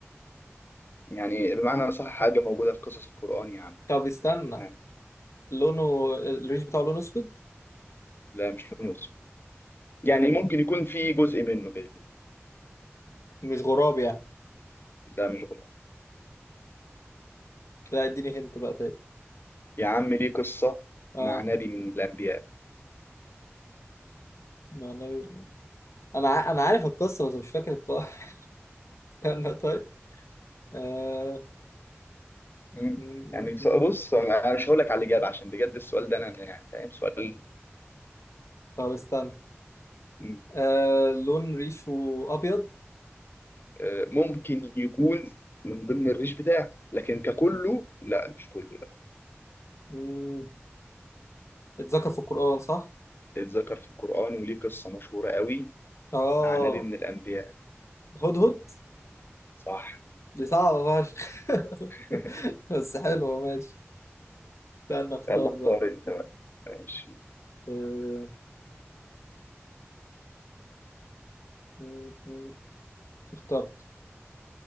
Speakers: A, on the left (about 50°); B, on the left (about 85°).
A: يعني بمعنى صح حاجه موجوده في قصص القران يا عم
B: طب استنى
A: ها
B: لونه الريش بتاعه لون اسود
A: لا مش يوسف يعني
B: ايه ده
A: ممكن يكون في جزء منه كده
B: مش غراب يعني
A: ده مش غلط
B: لا اديني هنت بقى تاني
A: يا عم ليه قصة
B: اه
A: مع نبي من الأنبياء
B: مع النبي انا ع... انا عارف القصه بس مش فاكر الطائر <laughs> استنى طيب آه...
A: مم.
B: م- م-
A: يعني س-
B: م.
A: بص أنا مش هقول لك على الإجابة عشان بجد السؤال ده أنا يعني فاهم سؤال
B: طب استنى
A: مم.
B: آه... لون ريشه ابيض
A: آه، ممكن يكون من ضمن الريش بتاعه لكن ككله لا مش كله لا
B: م، اتذكر في القران صح
A: اتذكر في القرآن وليه قصة مشهورة قوي
B: اه
A: مع نبي من الأنبياء
B: هدهد
A: صح
B: دي صعبه فشخ <laughs>
A: <laughs>
B: بس حلوه ماشي استنى اختار
A: يلا اختار
B: بقى
A: أنت بقى. ماشي
B: آه... م- م. اخترت